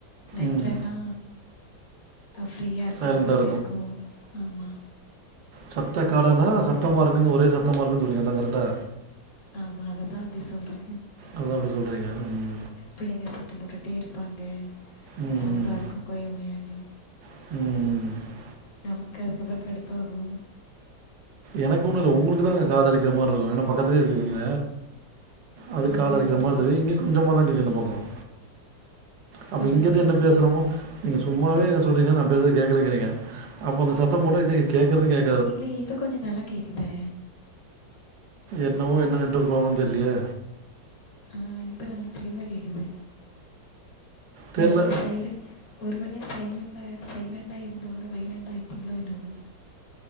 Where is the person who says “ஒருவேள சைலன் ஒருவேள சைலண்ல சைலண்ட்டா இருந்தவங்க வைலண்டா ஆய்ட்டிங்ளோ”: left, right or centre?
Left